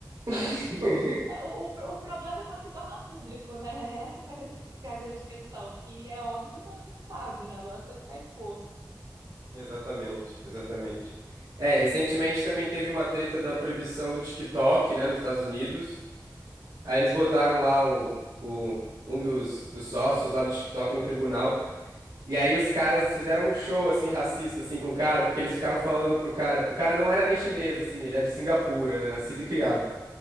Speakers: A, on the right; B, on the right.
A: <laughs>
B: É, O, o, pro- o problema é quando se torna público, né? <laughs> Essa que é a, gr- que é a grande questão, que é óbvio, todo mundo sabe, né? o negócio é ficar exposto.
A: Exatamente, exatamente. É, recentemente também teve uma treta da proibição do TikTok, né, nos Estados Unidos. Aí eles botaram lá o, o- um dos, dos sócios lá do TikTok no tribunal. E aí os caras fizeram um show, assim, racista, assim, com o cara, porque eles ficaram falando pro cara... O cara não era nem chinês, assim, ele é de Singapura, né, nascido e criado.